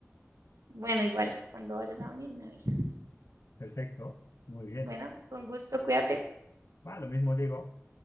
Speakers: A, on the right; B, on the left.
A: Bueno, igual, cuando vayas a venir me avisas.
B: <laughs> Perfecto, muy bien.
A: Bueno, con gusto, cuídate.
B: Va, lo mismo digo.